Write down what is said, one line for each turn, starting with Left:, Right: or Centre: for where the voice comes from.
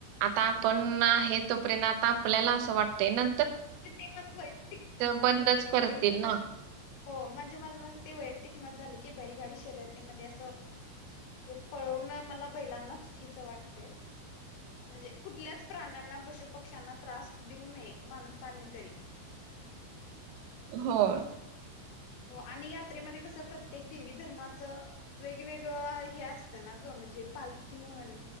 Right: आता आपण आहे तोपर्यंत आता आपल्याला असं वाटतय ना.
Left: ते मत मग वैयक्तिक मत
Right: बंदच
Left: झालं
Right: करतील ना
Left: हो म्हणजे माझ माझ ते वैयक्तिक मत झालं की बैलगाडी शर्यतीमध्ये अस हे पळवण मला बैलाना चुकीच वाटतय म्हणजे कुठल्याच प्राण्याना पशु पक्ष्यांना त्रास देऊ नये माणसं सानेतरी
Right: हो.
Left: हो आणि यात्रेमध्ये कस प्रत्येक देवी धर्माचं वेगवेगळं हे असतं ना ग म्हणजे पालखी म्हण